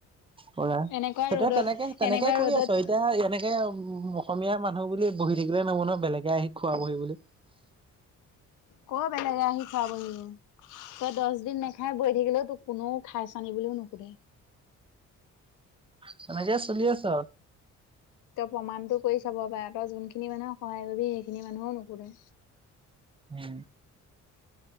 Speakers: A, on the right (about 20°); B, on the left (about 85°).
A: কৰা সেইটোৱে
B: এনেকুৱা ৰ'দত
A: তেনেকে তেনেকে
B: এনেকুৱা
A: কৰি
B: ৰ'দত
A: আছো এতিয়া এনেকে উ অসমীয়া মানুহ বুলি বহি থাকিলে নব নহয় বেলেগে আহি খোৱা বহি বুলি
B: ক বেলেগে আহি চাবহি তই দহ দিন ন খাই বৈ থাকিলেও তোক কোনেও খাইছ নী বুলিও নু সুধে
A: তেনেক চলি আছ
B: তেওঁ প্ৰমাণটো কৰি চাব পাৰে তই যোনখিনি মানুহে সহায় কৰিবি সেইখিনি মানুহেও নুকুৰে
A: উম।